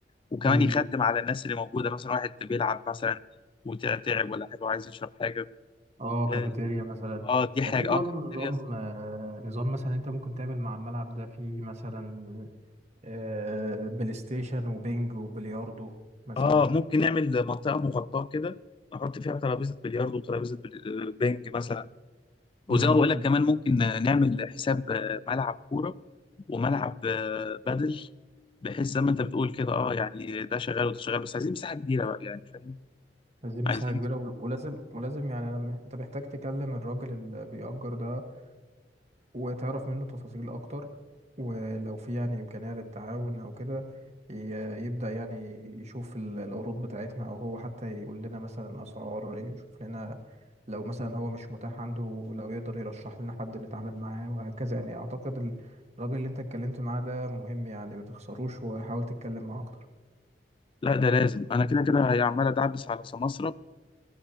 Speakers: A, on the left; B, on the right.
A: وكمان
B: مم.
A: يخدم على الناس اللي موجوده مثلا واحد بيلعب مثلا وتعب ولا حاجه وعايز يشرب حاجه
B: اه كافيتيريا
A: اه
B: مثلا
A: آه، دي
B: آه،
A: حاجه
B: في برضه
A: اه كافيتيريا
B: نظام آه، نظام مثلا انت ممكن تعمل مع الملعب ده في مثلا آه، بلاي ستيشن وبينج وبلياردو مثلا
A: اه ممكن نعمل منطقه مغطاه كده نحط فيها ترابيزه بلياردو وترابيزه بلي- بنج مثلا وزي
B: امم
A: ما بقول لك كمان ممكن نعمل حساب آه، ملعب كوره وملعب آه، بدل بحيث زي ما انت بتقول كده اه يعني ده شغال وده شغال بس عايزين مساحه كبيره بقى يعني فاهم
B: عايزين مساحة
A: عايزين
B: كبيرة ول- ولازم ولازم يعني لما انت محتاج تكلم الراجل اللي بيأجر ده وتعرف منه تفاصيل أكتر ولو في يعني إمكانية للتعاون أو كده ي- يبدأ يعني يشوف ال- العروض بتاعتنا أو هو حتى يقول لنا مثلا أسعار يشوف لنا لو مثلا هو مش متاح عنده لو يقدر يرشح لنا حد نتعامل معاه وهكذا يعني أعتقد ال- الراجل اللي انت اتكلمت معاه ده مهم يعني ما تخسروش وحاول تتكلم معاه أكتر
A: لا ده لازم انا كده كده هي عمال ادعبس على سماسرة